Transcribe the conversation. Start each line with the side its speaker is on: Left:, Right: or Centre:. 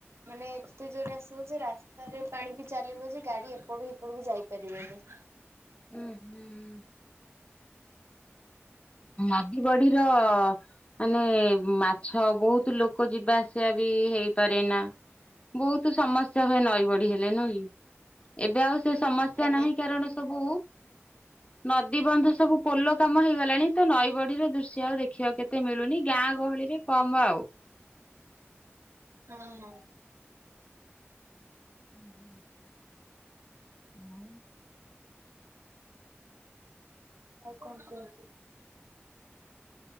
Right: ମାନେ ଏତେ ଜୋର ଆସିବ ଯେ ରାସ୍ତାରେ ପାଣି ବିି ଚାଲିବ ଯେ ଗାଡ଼ି ଏପଟୁ ସେପଟକୁ ଯାଇପାରିବନି।
Left: ଉୁଁ ହୁଁ ନଦୀ ବଢିର ମାନେ ମାଛ ବୋହୁତ ଲୋକ ଯିବା ସିବା ବି ହେଇପାରେ ନା ବୋହୁତ ସମସ୍ୟା ହୁଏ ନଈ ବଢି ହେଲେ ନୁହେଁ କି। ଏବେ ଆଉ ସେ ସମସ୍ୟା
Right: ଆଜ୍ଞା
Left: ନାହିଁ କାରଣ ସବୁ ନଦୀ ବନ୍ଧ ସବୁ ପୋଲ କାମ ହେଇଗଲାଣି ତ ନଈ ବଢିର ଦୃଶ୍ୟ ଆଉ ଦେଖିବାକୁ ଏତେ ମିଳୁନି ଗାଁ ଗହଳିରେ କମ ଆଉ।
Right: ହଁ ହଁ।
Left: ହୁଁ ହୁଁ ଆଉ
Right: ଆଉ କଣ କୁହନ୍ତି।